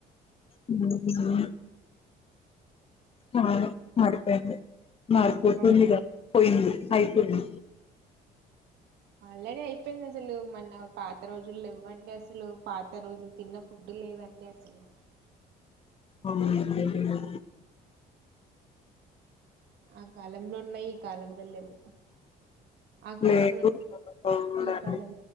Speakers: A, on the left; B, on the right.
A: ఉ అవును మాడిపోయింది మారిపోతుందిగాదా
B: అవును.
A: పోయింది అయితుంది
B: మల్లడ అయిపోయింది. అసలు మన్న పాత రోజులు ఇవ్వండి అసలు పాత రోజులు తిన్న ఫుడ్డు లేదండి అసలు.
A: అవు అ
B: ఆ కాలంలో ఉన్నాయి ఈ కాలంలో లేవు ఆ
A: లేదు
B: కాలం
A: అవునండి
B: ఈ కాలం